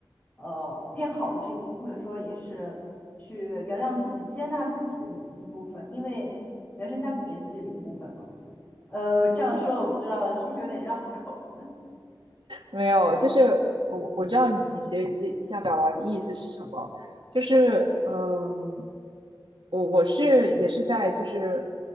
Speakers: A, on the left; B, on the right.
A: 呃，变好的这一部分，或者说也是去原谅自己、接纳自己的一一部分，因为原生家庭也是你自己的一部分嘛。呃，这样说我不知道是不是有点绕口。
B: 没有，就是我我知道你你其实你你想表达的意思是什么，就是嗯，我我是也是在就是